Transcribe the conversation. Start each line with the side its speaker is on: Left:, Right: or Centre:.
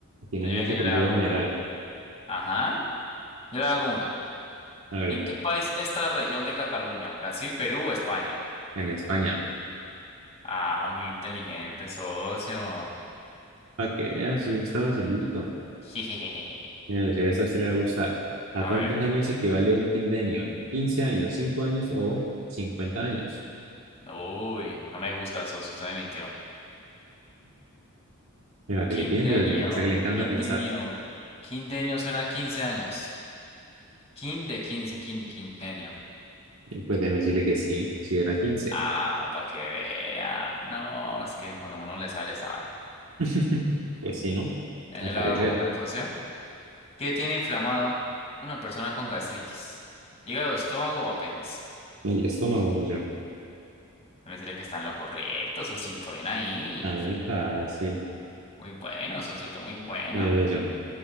Right: Tiene
Left: Entonces
Right: mucha
Left: yo venga, yo
Right: cultura
Left: le hago
Right: general.
Left: una. Ajá. Yo le hago una.
Right: Hágale.
Left: ¿En qué país está la región de Cataluña? ¿Brasil, Perú o España?
Right: En España.
Left: Ah, muy inteligente, socio.
Right: Para que veas, eso sí está facilito.
Left: <laughs>
Right: Eh, si a esta a usted le va a gustar. ¿A
Left: A
Right: cuántos
Left: ver.
Right: años equivale un quindenio? quince años, 5 años o 50 años?
Left: Uy, no me gusta, socio. Usted me mintió.
Right: Para
Left: Un
Right: que
Left: Quindenio,
Right: le piense, yo. O sea, que le
Left: un
Right: encanta
Left: quindenio.
Right: pensar.
Left: Quindenio suena a 15 años. Quin de 15, quin, quintenio.
Right: Eh, Pues déjeme decirle que sí, si era quince
Left: Ah, para que vea. No, es que cuando uno le sale, sabe.
Right: <laughs> Pues sí, ¿no?
Left: Ya
Right: Al
Left: yo le
Right: parecer,
Left: hago una, socio. ¿Qué tiene inflamado una persona con gastritis? ¿Hígado, estómago o apéndice?
Right: el estómago, pues yo.
Left: Me sería que está en lo correcto, socito. Bien ahí.
Right: Está muy fácil.
Left: Muy bueno, socito, muy bueno.
Right: Eh,